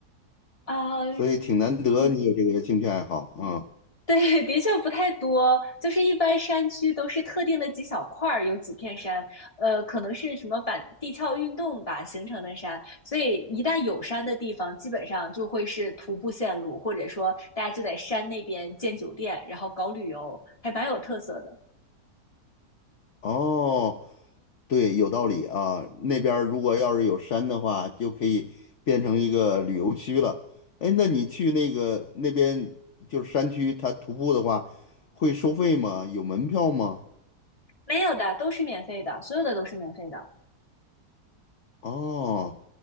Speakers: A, on the left; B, on the left.
A: 啊，
B: 所以挺难得你有这个兴趣爱好啊。
A: 不 <laughs> 对，的确不太多，就是一般山区都是特定的几小块儿，有几片山，呃，可能是什么板地壳运动吧形成的山，所以一旦有山的地方，基本上就会是徒步线路，或者说大家就在山那边建酒店，然后搞旅游，还蛮有特色的。
B: 哦，对，有道理啊。那边儿如果要是有山的话，就可以变成一个旅游区了。哎，那你去那个那边就是山区，它徒步的话会收费吗？有门票吗？
A: 没有的，都是免费的，所有的都是免费的。
B: 哦，